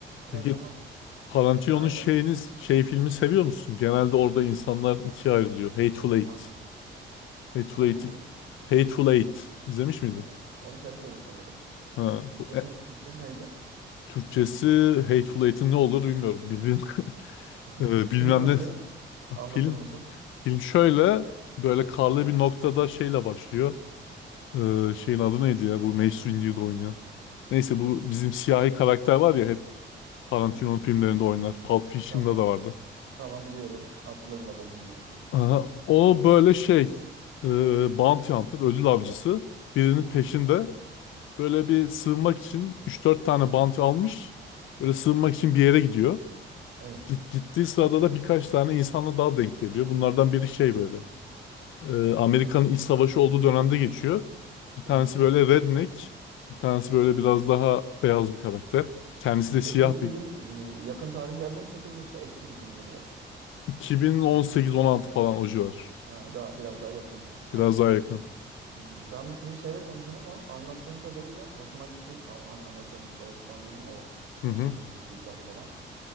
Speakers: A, on the right; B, on the left.
A: Biraz
B: Peki
A: daha
B: Tarantino'nun
A: Daha
B: şeyiniz,
A: gerçekçi.
B: şey filmi seviyor musun? Genelde orada insanlar ikiye ayrılıyor. Hateful Eight.
A: Hangisi?
B: Hateful
A: Hangi
B: Eight.
A: film?
B: Hateful Eight. İzlemiş miydin?
A: Ee, onu seyretmedim sanırım.
B: Ha,
A: Türkçesi,
B: bu e,
A: Türkçesi neydi?
B: Türkçesi Hateful Eight'in ne olur bilmiyorum. Bilbil, <laughs>
A: <laughs>
B: Ee, bilmem
A: Film nasıl?
B: ne. Ha,
A: Anlatır
B: Film.
A: mısın?
B: Film şöyle böyle karlı bir noktada şeyle başlıyor. Ee, şeyin adı neydi ya? Bu Mace Windu'yu da oynayan. Neyse bu bizim siyahi karakter var ya hep Tarantino'nun
A: Hı hı.
B: filmlerinde oynar. Pulp Fiction'da
A: Tamam.
B: da vardı.
A: Tamam biliyorum. Hatırladım adamın yüzünü.
B: Aha, o böyle şey e, bounty hunter, ödül avcısı birinin
A: Hı hı.
B: peşinde böyle bir sığınmak için üç dört tane bounty almış. Böyle sığınmak için bir yere gidiyor.
A: Evet.
B: Git, gittiği sırada da birkaç tane insanla daha denk geliyor. Bunlardan biri şey böyle e, Amerika'nın iç savaşı olduğu dönemde geçiyor. Bir tanesi
A: Hı hı.
B: böyle redneck, bir tanesi böyle biraz daha beyaz bir karakter. Kendisi de siyah
A: Peki bu film
B: bir.
A: e, yakın tarihlerde mi çekildi yoksa eski bir film mi biraz?
B: 2018-16 falan o civar.
A: Ha, daha biraz daha yakın yani. Anladım.
B: Biraz daha yakın.
A: Hmm, ben bu filmi seyretmemişim ama anlattığın kadarıyla hoşuma gitti. Ha, Hani Amerikan İç Savaşı falan dedin ya o
B: Hı
A: 1800'lü
B: hı,
A: yıllar falan.